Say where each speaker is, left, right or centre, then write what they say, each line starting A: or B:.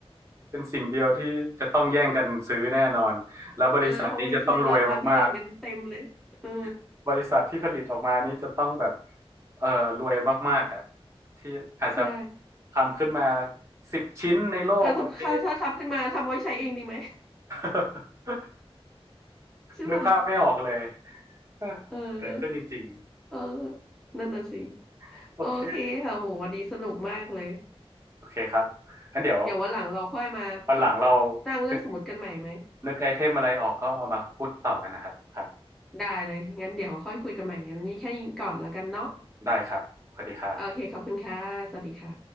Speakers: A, on the right; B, in the centre.
A: เป็นสิ่งเดียวที่จะต้องแย่งกันซื้อแน่นอนแล้วบริษัทนี้จะต้องรวยมาก
B: เออคงไปซื้อรางวัลที่หนึ่งกันเต็มเลยเออ
A: ๆบริษัทที่ผลิตออกมานี้จะต้องแบบเอ่อรวยมากๆอ่ะที่อาจจะ
B: ใช่
A: ทำขึ้นมาสิบชิ้นในโลกโอเค
B: อ่ะถ้าถ้าถ้าทำขึ้นมาทำไว้ใช้เองดีไหม
A: <laughs>
B: <laughs> ใช่ป่ะ
A: นึกภาพไม่ออกเลยเออถ้าเกิดขึ้นจริง
B: เออเออนั่นน่ะสิ
A: ๆโอเค
B: โอเคค่ะโหวันนี้สนุกมากเลย
A: โอเคครับงั้นเดี๋ยว
B: เดี๋ยววันหลังเราค่อยมาสม
A: วันหลังเรา
B: ตั้งเรื่องสมมติกันใหม่ไหม
A: นึกนึกไอเทมอะไรออกก็เอามาพูดต่อกันนะครับครับ
B: ได้เลยงั้นเดี๋ยวค่อยคุยกันใหม่งั้นนี้แค่นี้ก่อนแล้วกันเนาะ
A: ได้ครับสวัสดีครับ
B: โอเคขอบคุณค่ะสวัสดีค่ะ